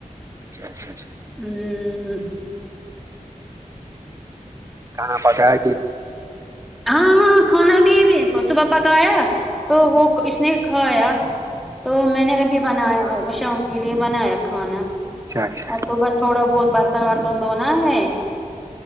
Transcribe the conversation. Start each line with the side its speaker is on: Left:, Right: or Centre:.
Right: اچھاچھا اچا
Centre: ہوں
Right: کانا پتاا ہے کہ
Centre: ہاں ہاں کانا بھی بھی پشو پپا کا آیا تو وہ اس نے کھایا تو میں نے ابھی بنایا شام کے لیے بنایا کھانا
Right: اچھا اچھا
Centre: اب تو بس تھوڑا بہت بر برتن ورتن دھونا ہے